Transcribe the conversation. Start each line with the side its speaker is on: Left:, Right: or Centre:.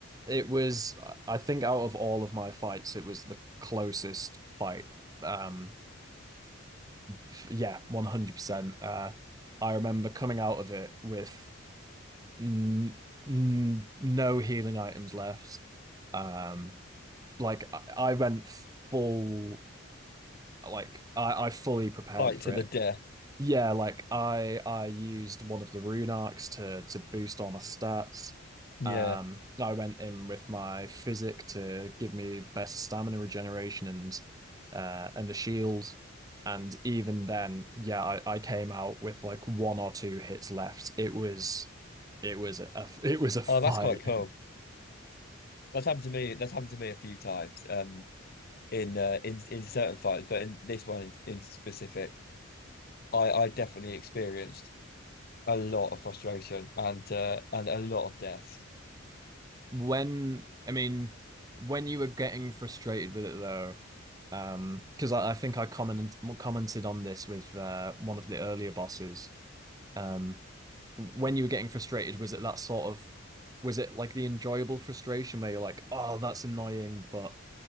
Right: it was, I think, out of all of my fights, it was the closest fight. Um, f- yeah, 100%. Uh, I remember coming out of it with n n no healing items left. Um, Like I, I went full like I, I fully prepared
Left: Fight
Right: for
Left: to
Right: it.
Left: the death.
Right: Yeah, like I I used one of the rune arcs to to boost all my stats.
Left: Yeah.
Right: Um, I went in with my physic to give me better stamina regeneration and uh and a shield. And even then, yeah, I, I came out with like one or two hits left. It was it was a it was a fight.
Left: Oh, that's quite cool.
Right: <laughs>
Left: That's happened to me. That's happened to me a few times. Um, in uh, in in certain fights, but in this one in, in specific, I I definitely experienced a lot of frustration and uh and a lot of death.
Right: When, I mean, when you were getting frustrated with it though, um, because I, I think I comment, commented on this with uh, one of the earlier bosses. Um, when you were getting frustrated, was it that sort of, was it like the enjoyable frustration where you're like, oh, that's annoying, but